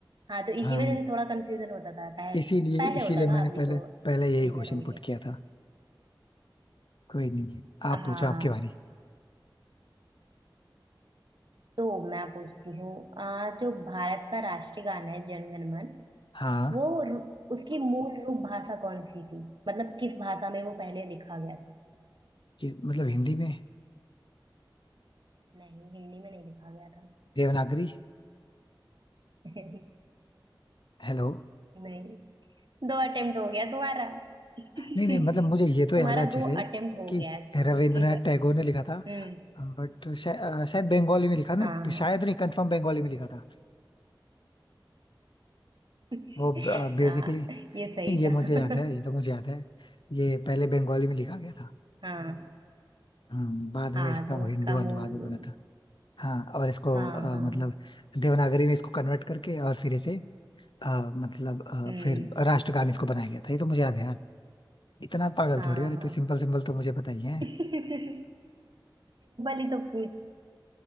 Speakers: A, on the right (about 65°); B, on the left (about 70°).
A: हाँ तो
B: हाँ
A: इसी वजह से थोड़ा कंफ्यूजन होता था पहले
B: इसीलिए
A: पहले
B: इसीलिए
A: होता था
B: मैंने
A: अभी
B: पहले
A: तो
B: पहले यही
A: क्लियर
B: क्वेश्चन
A: हो गया
B: पुट किया था कोई नहीं
A: हाँ
B: आप पूछो आपकी बारी
A: तो मैं पूछती हूँ अ, जो भारत का राष्ट्रीय गाना है जन गण मन
B: हाँ
A: वो रु- उसकी मूल रूप भाषा कौन सी थी मतलब किस भाषा में वो पहले लिखा गया था
B: कि मतलब हिंदी में
A: नहीं हिंदी में नहीं लिखा गया था
B: देवनागरी
A: <laughs>
B: हेलो
A: नहीं दो अटेम्प्ट हो गया तुम्हारा <laughs> ठीक।
B: नहीं नहीं मतलब मुझे ये तो
A: तुम्हारा
B: याद है अच्छे
A: दो
B: से
A: अटेम्प्ट हो
B: कि
A: गया है
B: रविंद्रनाथ
A: उसके बाद
B: टैगोर ने लिखा था
A: हम्म
B: बट शायद बंगाली में लिखा नहीं
A: हाँ हाँ
B: शायद नहीं कंफर्म बंगाली में लिखा था
A: <laughs>
B: वो बेसिकली
A: हाँ
B: नहीं
A: ये सही
B: नहीं ये
A: था
B: मुझे
A: <laughs>
B: याद है ये तो मुझे याद है ये पहले बंगाली में लिखा गया था
A: हाँ
B: हम्म, बाद
A: हाँ
B: में इसका
A: तो
B: वो हिंदी
A: उसका मूल
B: अनुवाद भी बना था हाँ और इसको
A: हाँ
B: अ,
A: हाँ
B: मतलब देवनागरी में इसको कन्वर्ट करके और फिर इसे अ, मतलब अ,
A: हम्म
B: फिर राष्ट्रगान इसको बनाया गया था ये तो मुझे याद है यार इतना पागल
A: हाँ
B: थोड़ी यार इतने
A: हाँ
B: सिंपल सिंपल तो मुझे पता ही है
A: <laughs> सिंपल ही तो पूछ